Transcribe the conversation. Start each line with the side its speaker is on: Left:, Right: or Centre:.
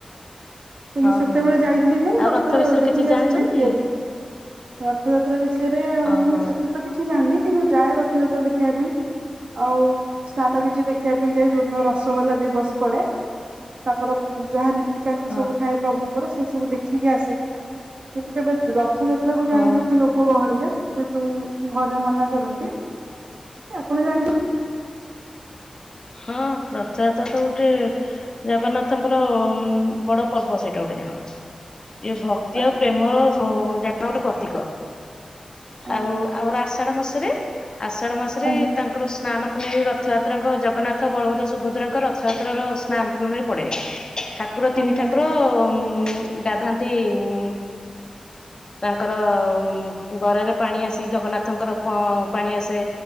Right: ତ
Left: ହଁ
Right: ମୁଁ ସେତେବେଳେ
Left: ହଁ ହଁ
Right: ଯାଇଥିଲି ଯୋଉ,
Left: ଆଉ
Right: ରଥ
Left: ବିଷୟରେ
Right: ଦେଖିକି
Left: କିଛି ଜାଣିଛନ୍ତି
Right: ଆସିଥିଲି ତିଆରି ରଥଯାତ୍ରା ବିଷୟରେ
Left: ଓହୋ
Right: ମୁଁ ଏତେ ତ କିଛି ଜାଣିନି, କିନ୍ତୁ ଯାଏ ରଥଯାତ୍ରା ଦେଖିବା ପାଇଁ। ଆଉ ସ୍ନାନ ବିଜେ ଦେଖିବା ପାଇଁ, ଯୋଉଦିନ ରସଗୋଲା ଦିବସ ପଡେ। ତାଙ୍କର ଯାହା ନୀତିକାନ୍ତି
Left: ହଁ
Right: ସବୁ ମୁଁ ମୋର ସେ ସବୁ ଦେଖିକି ଆସେ, କିନ୍ତୁ କେବେ ରଥଯାତ୍ରାକୁ
Left: ହଁ
Right: ଯାଇନି ଏତେ ଲୋକ ଗହଳିରେ। ଯେହେତୁ ଘରେ ମନା କରନ୍ତି, ଆପଣ ଜାଣିଛ
Left: ହଁ ରଥଯାତ୍ରା ତ ଗୋଟେ, ଜଗନ୍ନାଥଙ୍କର ବଡ ପର୍ବ ସେଇଟା ଗୋଟେ। ଣ ଇଏ ଭକ୍ତି
Right: ଆଜ୍ଞା
Left: ଆଉ ପ୍ରେମର <unintelligible> ଗୋଟେ ପ୍ରତୀକ।
Right: ଆଜ୍ଞା
Left: ଆଉ ଆମର ଆଷାଢ ମାସରେ, ଆଷାଢ ମାସରେ
Right: ଆଜ୍ଞା
Left: ତାଙ୍କର ସ୍ନାନ ପୂର୍ଣମୀ ରଥଯାତ୍ରାଙ୍କ ଜଗନ୍ନାଥ, ବଳଭଦ୍ର, ସୁଭଦ୍ରାଙ୍କ ରଥଯାତ୍ରାର ସ୍ନାନ ପୂର୍ଣ୍ଣିମରେ ପଡ଼େ। ଠାକୁର ତିନି
Right: ଆଜ୍ଞା
Left: ଠାକୁର ଉଁ ଗାଧାନ୍ତି ଉଁ ତାଙ୍କର ଗରାରେ ପାଣି ଆସି, ଜଗନ୍ନାଥଙ୍କର ପାଣି ଆସେ